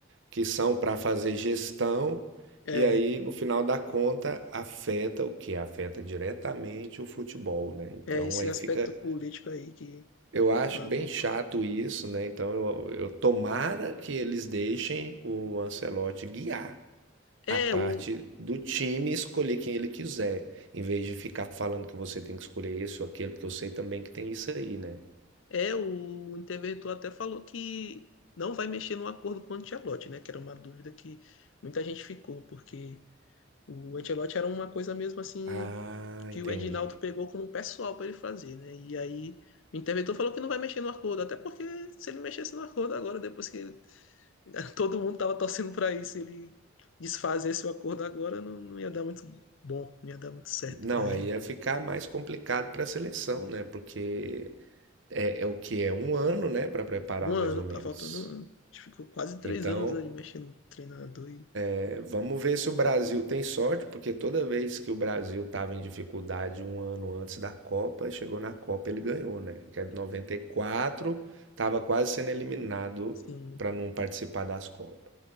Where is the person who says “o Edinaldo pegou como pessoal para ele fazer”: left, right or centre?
Left